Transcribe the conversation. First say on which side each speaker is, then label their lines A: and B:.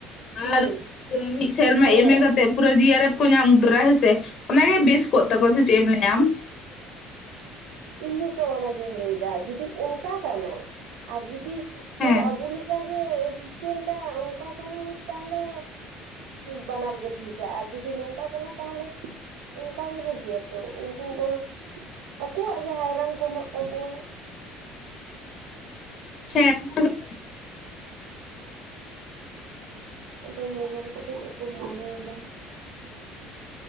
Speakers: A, on the right; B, on the left.
A: ᱦᱮᱸ
B: ᱟᱨ ᱢᱤᱜ ᱥᱮᱨᱢᱟ
A: ᱦᱮᱸ
B: ᱮᱢ ᱮ ᱠᱟᱛᱮᱫ ᱯᱩᱨᱟᱹ ᱡᱤ ᱟᱨ ᱮᱯ ᱠᱚ ᱧᱟᱢ ᱩᱛᱟᱹᱨᱟ ᱦᱮᱸᱥᱮ ᱚᱱᱟ ᱜᱮ ᱵᱮᱥ ᱠᱚᱜ ᱛᱟᱠᱚᱣᱟ ᱥᱮ ᱪᱮᱜ ᱮᱢ ᱞᱟᱹᱭᱟ ᱟᱢ?
A: ᱤᱧ ᱦᱚᱸᱛᱚ ᱚᱱᱟᱜᱤᱧ ᱞᱮᱭᱫᱟ ᱡᱩᱫᱤ ᱚᱝᱠᱟ ᱠᱟᱱᱟ ᱟᱨ ᱡᱩᱫᱤ ᱥᱮᱭ
B: ᱦᱮᱸ
A: ᱟᱵᱚ ᱞᱮᱠᱟ ᱡᱮ ᱥᱤᱥᱴᱮᱢᱴᱟ ᱚᱝᱠᱟ ᱠᱟᱱᱟ ᱡᱩᱫᱤ ᱛᱟᱦᱚᱞᱮ ᱵᱟᱱᱟᱨ ᱜᱮ ᱴᱷᱤᱠᱟ ᱟᱨ ᱡᱩᱫᱤ ᱱᱚᱝᱠᱟ ᱠᱟᱱᱟ ᱛᱟᱦᱚᱞᱮ ᱚᱝᱠᱟ ᱜᱮ ᱵᱷᱟᱜᱤᱭᱟᱛᱚ ᱩᱝᱠᱩ ᱚᱠᱚᱭ ᱦᱚᱸ ᱩᱝᱠᱩᱣᱟᱜ ᱜᱮ ᱦᱟᱭᱨᱟᱱ ᱠᱚᱢᱚᱜ ᱛᱟᱠᱚᱣᱟ ᱾
B: ᱥᱮ ᱚᱱᱟ ᱫᱚ
A: ᱟᱫᱚ ᱢᱟᱹᱭ ᱵᱟᱹᱵᱩ ᱛᱟᱠᱚ ᱪᱮᱜ ᱠᱚ ᱢᱚᱱᱮᱭᱮᱫᱟ?